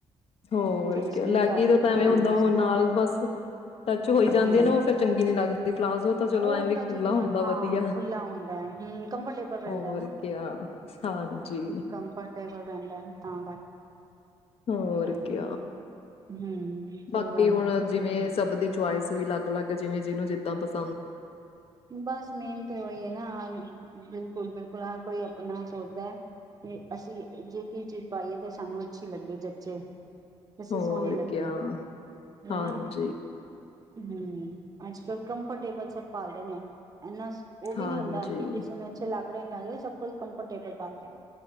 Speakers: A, on the left (about 55°); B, on the right (about 30°).
A: ਹੋਰ
B: ਜਿਹੜੀ ਸਕਿਨ
A: ਕਿਆ ਲੈਗੀ
B: ਟਾਈਪ
A: ਦਾ ਤਾਂ ਐਵੇਂ ਹੁੰਦਾ
B: ਆਉਂਦੀ
A: ਉਹ
B: ਸੀ
A: ਨਾਲ ਬਸ ਟੱਚ ਹੋਈ ਜਾਂਦੀ
B: ਹਮ
A: ਆ ਨਾ ਉਹ ਫਰ ਚੰਗੀ ਨੀ ਲੱਗਦੀ ਪਲਾਜ਼ੋ ਤਾਂ ਚਲੋ
B: ਉਹ
A: ਐਵੇ
B: ਤਾਂ
A: ਖੁਾ
B: ਚ
A: ਹੁੰਦਾ
B: ਹਾਂ
A: ਵਧੀਆ,
B: ਖੁੱਲਾ ਹੁੰਦਾ ਹੈ ਹਮ ਕੰਫਰਟੇਬਲ ਰਹਿੰਦਾ
A: ਹੋਰ
B: ਨਾ
A: ਕਿਆ। ਹਾਂਜੀ
B: ਕੰਫਰਟੇਬਲ ਰਹਿੰਦਾ ਹੈ ਤਾਂ
A: ਹੋਰ
B: ਹਮ
A: ਕਿਆ।
B: ਸਹੀ
A: ਬਾਕੀ
B: ਗੱਲ
A: ਹੁਣ
B: ਹੈ
A: ਜਿਵੇਂ ਸਭ ਦੀ ਚਆਇਸ ਵੀ ਲੱਗ ਅਲੱਗ ਏ ਜਿਵੇਂ ਜਿਨੂੰ ਜਿੱਦਾਂ ਪਸੰ
B: ਬਸ ਮੇਨ ਤੇ ਉਹੀ ਹੈ ਨਾ ਬਿਲਕੁਲ-ਬਿਲਕੁਲ ਹਰ ਕੋਈ ਆਪਣਾ ਸੋਚਦਾ ਕਿ ਅਸੀਂ ਜੇ ਕੀ ਚੀਜ਼ ਪਾਈਏ ਤਾਂ ਸਾਨੂੰ ਅੱਛੀ ਲੱਗੇ ਜੱਚੇ। ਅਸੀਂ
A: ਹੋਰ
B: ਸੋਹਣੇ ਲੱਗੀਏ
A: ਕਿਆ
B: ਹਨਾ
A: ਹਾਂਜੀ।
B: ਹਮ ਅੱਜ ਕੱਲ ਕੰਫਰਟੇਬਲ ਸਭ ਪਾਲਦੇ ਨੇ ਇਨਾ
A: ਹਾਂਜੀ-ਹਾਂਜੀ।
B: ਉਹ ਵੀ ਨੀ ਹੁੰਦਾ ਕਿ ਕਿਸੇ ਨੇ ਅੱਛੇ ਲੱਗ <unintelligible> ਸਭ ਕੁਈ ਕੰਫਰਟੇਬਲ ਪਾਂਦਾ।